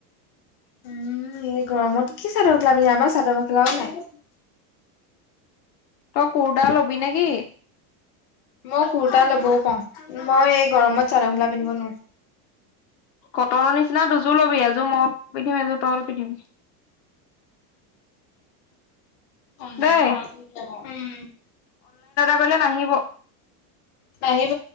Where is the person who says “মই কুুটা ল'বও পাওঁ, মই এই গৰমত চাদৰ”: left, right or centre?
Left